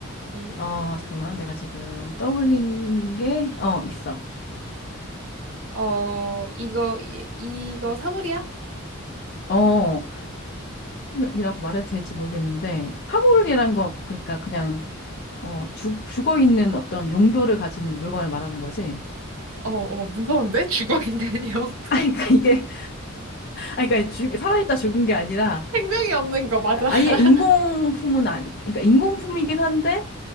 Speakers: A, on the right; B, on the left.
A: 응?
B: 어, 잠깐만. 내가 지금 떠올린 게, 어, 있어.
A: 어, 이거, 이, 이거 사물이야?
B: 어, 사물이라고 말해도 될지 모르겠는데, 사물이란 거, 그러니까 그냥, 어, 죽, 죽어 있는 어떤 용도를 가진 물건을 말하는 거지.
A: 어, 어, 무서운데? 죽어 있는 영토.
B: <laughs> 아, 그러니까 이게, 아, 그러니까 죽, 살아있다 죽은 게 아니라,
A: <laughs> 생명이 없는 거 맞아.
B: 그러니까
A: <laughs>
B: 아예 인공품은 안, 그러니까 인공품이긴 한데